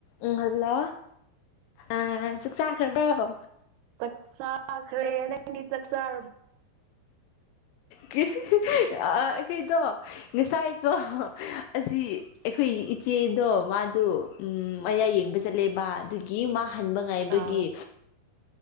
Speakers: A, on the left; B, on the right.
A: ꯎꯝ hello ꯑ ꯆꯥꯛ ꯆꯥꯈ꯭ꯔꯕꯣ
B: ꯆꯥꯛ ꯆꯥꯈ꯭ꯔꯦ ꯅꯪꯗꯤ ꯆꯥꯛꯆꯥꯥ
A: <unintelligible> ꯑꯥ ꯑꯩꯈꯣꯏꯗꯣ ꯉꯁꯥꯏ ꯗꯣ ꯑꯁꯤ ꯑꯩꯈꯣꯏ ꯏꯆꯦꯗꯣ ꯃꯥꯗꯨ ꯎꯝ ꯃꯌꯥ ꯌꯦꯡꯕ ꯆꯠꯂꯦꯕ ꯑꯗꯨ ꯒꯤ ꯃꯥꯥꯍꯟꯕ ꯉꯥꯏꯕꯒꯤ
B: ꯑꯥ